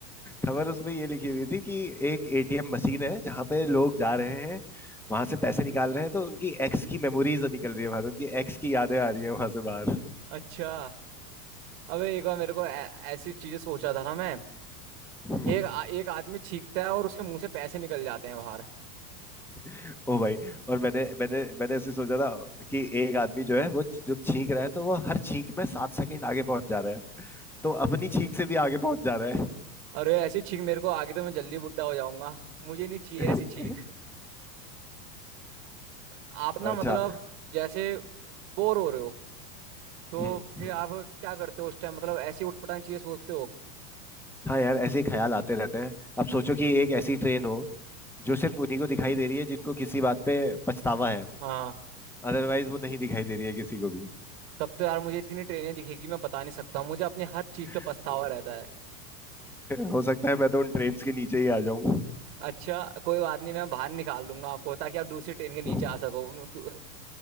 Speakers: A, in the centre; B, on the right.
A: खबर उसमें ये लिखी हुई थी कि एक एटीएम मशीन है जहां पे लोग जा रहे हैं वहां से पैसे निकाल रहे हैं तो उनकी एक्स की मेमोरीज निकल रही है वहां से उनकी एक्स की यादें आ रही है वहां से बाहर
B: अच्छा अबे एक बार मेरे को ऐ- ऐसी चीजें सोचा था ना मैं
A: हम्म।
B: एक आ- एक आदमी छींकता है और उसके मुंह से पैसे निकल जाते हैं बाहर
A: <laughs> ओ भाई और मैंने मैंने मैंने ऐसे सोचा था कि एक आदमी जो है वो जब छींक रहा है तो वो हर छींक में सात सेकंड आगे पहुंच जा रहा है तो अपनी छींक से भी आगे पहुंच जा रहा
B: अरे ऐसी छींक मेरे को आगे तो मैं जल्दी बुड्ढा हो जाऊंगा मुझे नहीं चाहिए
A: है
B: ऐसी छींक
A: <laughs>
B: आप ना
A: अच्छा
B: मतलब जैसे बोर हो रहे हो तो
A: हम्म
B: फिर
A: हम्म।
B: आप क्या करते हो उस टाइम मतलब ऐसी उठपटांग चीजें सोचते हो
A: हाँ यार ऐसे ही ख्याल आते रहते हैं अब सोचो कि एक ऐसी ट्रेन हो जो सिर्फ उन्हीं को दिखाई दे रही है जिनको किसी बात पे पछतावा है
B: हाँ
A: अदरवाइज वो नहीं दिखाई दे रही है किसी को भी
B: तब तो यार मुझे इतनी ट्रेनें दिखेगी मैं बता नहीं सकता हूँ, मुझे अपनी हर चीज पे
A: <laughs>
B: पछतावा रहता है
A: हो सकता है मैं तो उन ट्रेन्स के नीचे ही आ जाऊं
B: अच्छा कोई बात नहीं मैं बाहर निकाल लूंगा आपको ताकि आप दूसरी ट्रेन के
A: <laughs>
B: नीचे आ सको <laughs> मैं क्यों-